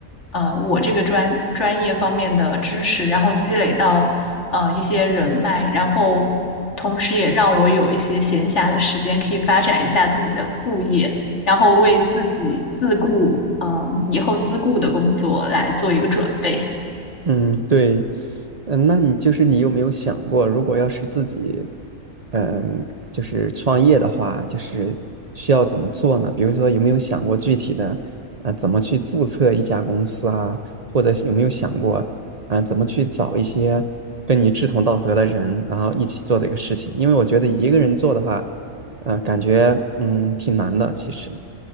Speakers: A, on the left (about 50°); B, on the right (about 40°).
A: 呃我这个专专业方面的知识，然后积累到呃一些人脉，然后同时也让我有一些闲暇的时间可以发展一下自己的副业，然后为自己自顾，嗯、以后自顾的工作来做一个准备。
B: 嗯，对，嗯，那你就是你有没有想过，如果要是自己，嗯，就是创业的话，就是需要怎么做呢？比如说，有没有想过具体的，呃，怎么去注册一家公司啊？或者是有没有想过，嗯、怎么去找一些跟你志同道合的人，然后一起做这个事情？因为我觉得一个人做的话，嗯、感觉嗯挺难的，其实，